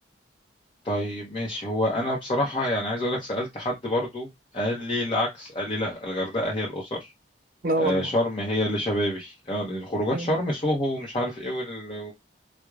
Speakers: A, on the left (about 30°); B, on the right (about 50°).
A: طيب ماشي هو انا بصراحة يعني عايز اقول لك سألت حد برضو قال لي العكس قال لي لا الغردقة هي الأسر
B: لا والله
A: آه، شرم هي اللي شبابي آه، لأن خروجات
B: مم.
A: شرم سوهو مش عارف ايه وال...